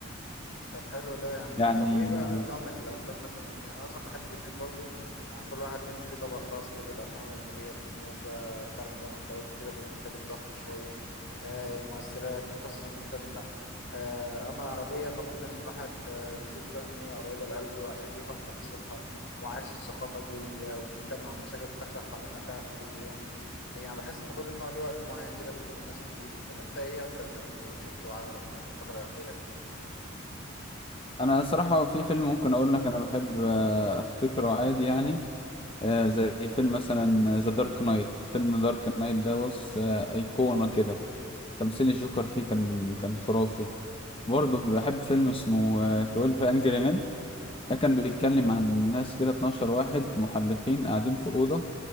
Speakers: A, on the left (about 65°); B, on the left (about 25°).
A: طب حلو ده يعني
B: يعني
A: طب ايه بقى نوع من الافلام مثلا يعني انا مثلا بحب الاتنين برضو يعني كل واحد ليهم فيه طبع خاص كده الافلام الاجنبيه بتتميز بقى فعلا زي ما انت قلت كده بالانتاج الضخم شويه آه المؤثرات القصص المختلفه آه اما العربيه فممكن الواحد آه بيشوف شويه ان هي قريبه لقلبه عشان بيفهم تفاصيلها وعايش الثقافه دي آه، وبتتكلم عن مشاكل بتحصل حوالينا فعلا كل يوم يعني بحس ان كل نوع ليه وقت معين كده بيكون مناسب ليه طب انت ايه اكتر فيلم شفته وعجبك يعني الفتره الاخيره
B: انا صراحة في فيلم ممكن اقول لك انا بحب آه، افتكره عادي يعني آه، زي فيلم مثلا ذا دارك نايت فيلم دارك نايت ده بص آه، ايقونة كده تمثيل الجوكر فيه كان كان خرافي برضه بحب فيلم اسمه 12 انجري مان ده كان
A: دي
B: بيتكلم عن ناس كده 12 واحد محلفين قاعدين في أوضة